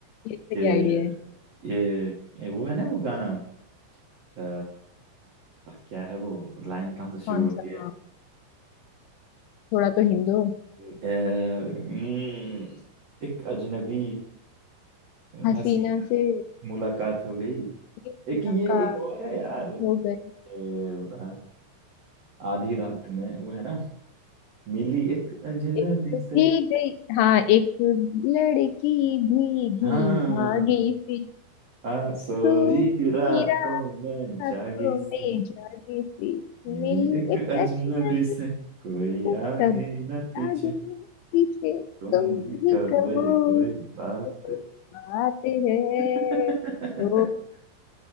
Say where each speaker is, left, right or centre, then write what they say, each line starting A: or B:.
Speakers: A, on the left (about 85°); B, on the right (about 75°).
A: ये सही
B: कि
A: आइडिया है
B: ये, ये वो है ना वो गाना अ, क्या है वो लाइन कहाँ से
A: कौन
B: शुरू होती
A: सा
B: है
A: हाँ, थोड़ा तो हिंदू
B: अ, हम्म, एक अजनबी
A: हसीना
B: हसीन
A: से
B: मुलाकात हो गई
A: ये
B: एक
A: मुलाकात
B: ये एक और है यार
A: हो गई
B: अ, आधी रात में वो है ना मिली एक अजनबी
A: एक तो
B: से
A: भीग गई हाँ एक लड़की भीगी
B: हाँ
A: भागी सी
B: आ सोई
A: तू मेरा
B: रातों में
A: था
B: जागी
A: तो
B: सी
A: मैं जाने से
B: मिली
A: मिली
B: एक
A: एक
B: अजनबी
A: अजनबी
B: से कोई
A: से
B: आगे
A: कभी
B: न पीछे
A: आगे न पीछे
B: तुम
A: तुम
B: ही
A: ही
B: कहो
A: कहो
B: ये कोई बात
A: तो कोई बात है
B: <laughs>
A: ओ